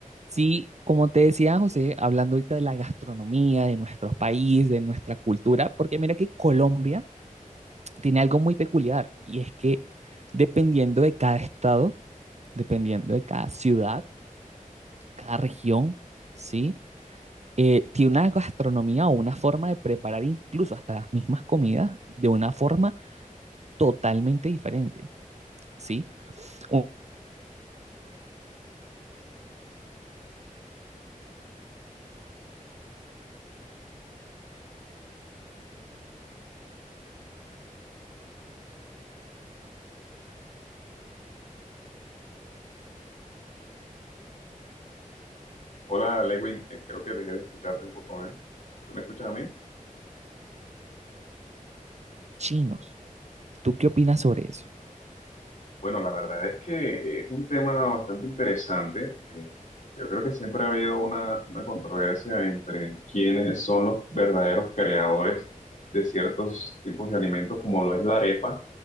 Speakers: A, on the right; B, on the left.
A: Sí, como te decía José, hablando ahorita de la gastronomía, de nuestro país, de nuestra cultura, porque mira que Colombia tiene algo muy peculiar y es que dependiendo de cada estado, dependiendo de cada ciudad, cada región, ¿sí? Eh, tiene una gastronomía o una forma de preparar incluso hasta las mismas comidas de una forma totalmente diferente, ¿sí? O
B: Hola, Lewin, Eh, creo que dejé de escucharte un poco, ¿eh? ¿Tú me escuchas a mí?
A: chinos, ¿tú qué opinas sobre eso?
B: Bueno, la verdad es que es un tema bastante interesante. Eh, yo creo que siempre ha habido una, una controversia entre quiénes son los verdaderos creadores de ciertos tipos de alimentos, como lo es la arepa.